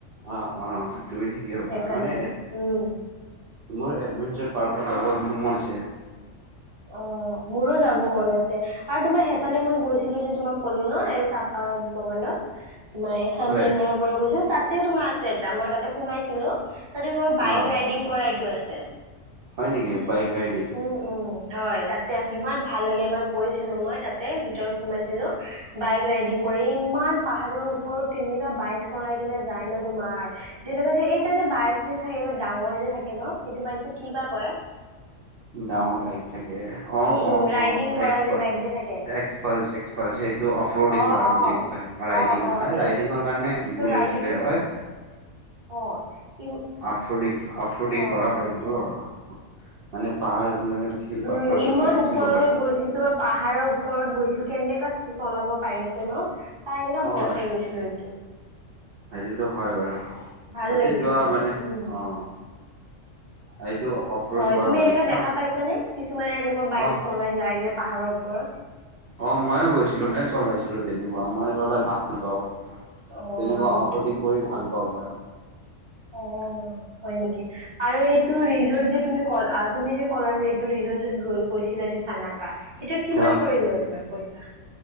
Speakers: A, on the right (about 55°); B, on the right (about 25°).
A: অ, অ, তুমি ঠিকেই ভবা
B: সেইকাৰণে
A: মানে
B: উম
A: মোৰ এডভেঞ্চাৰ পাৰ্কত যাবলৈ মোৰ মন আছে।
B: অ, মোৰো যাব মন আছে আৰু তোমাৰ সেইফালে মই গৈছিলো যে তোমাক কলো ন চাহপাত বাগানত, তোমাৰ এই খামৰেঙাৰ
A: হয়,
B: পৰা গৈছো তাত ও তোমাৰ আছে এটা মই তাতে সোমাইছিলো তাতে তোমাৰ বাইক
A: অ',
B: ৰাইডিং কৰা এইটো আছে।
A: হয় নেকি বাইক ৰাইডিং।
B: উম উম হয়, তাতে আছে ইমান ভাল লাগে এবাৰ গৈছিলো মই তাতে ভিতৰত সোমাইছিলো বাইক ৰাইডিং ইমান পাহাৰৰ ওপৰত কেনেককা বাইক চলাই কিনে যায় ন তোমাৰ যেনেকুৱা যে এইটা যে বাইক যে থাকে ডাঙৰ যে থাকে ন সেইটো বাইকটো কি বাা কৰে
A: ডাঙৰ বাইক থাকে অ
B: উম
A: অ
B: ৰাইডিং
A: অ
B: কৰা
A: এক্সপ
B: যে বাইক যে থাকে
A: <unintelligible> সেইটো অফ ৰোডিং
B: অ
A: কৰা
B: অ
A: বুলি কয় ৰাইডিং
B: অ অ
A: নহয়
B: সেইটো
A: ৰাইডিঙৰ কাৰণে বুলেট
B: ৰাইডিং
A: চুলেট হয়।
B: অ'। ইম
A: আফোডিং আফোডিং
B: অ
A: কৰা বাইক
B: আচ্ছা
A: বোৰ মানে পাহাৰ মানে শিল পাথৰ
B: উম, ইমান
A: চাথৰ উঠিব
B: ওপৰলৈ
A: পাৰি
B: গৈছিল তোৰ পাহাৰৰ ওপৰত গৈছিল। কেনেকা চলাব পাৰিছে ন চাই কিনা
A: অ
B: ভয় খাই গৈছিলো এইটো।
A: সেইটোতো হয় বাৰু
B: ভাল
A: তাতে
B: লাগিছে
A: যোৱা মানে
B: উম
A: অ', এইটো অফৰোড
B: হয়,
A: কৰা
B: তুমি
A: বাইক
B: এনেকা
A: ন
B: দেখা পাইছানে কিছুমানে এনেকুৱা বাইক
A: অ
B: চলাই যায় যে পাহাৰৰ ওপৰত।
A: অ, ময়ো গৈছিলো ময়ো চলাইছিলো তেনেকুৱা মই চলাই ভাল পাওঁ।
B: অ
A: তেনেকুৱা
B: হয়
A: আউটডিং
B: নেকি
A: কৰি ভাল পাও মই অ'।
B: অ', হয় নেকি? আৰু এইটো ৰিজৰ্ট যে তুমি কল তুমি যে <unintelligible> ৰিজৰ্টত গ গৈছিলে যে চানাকা সেইটোত কিমান
A: অ
B: কৰি লয় তোমাৰ পইচা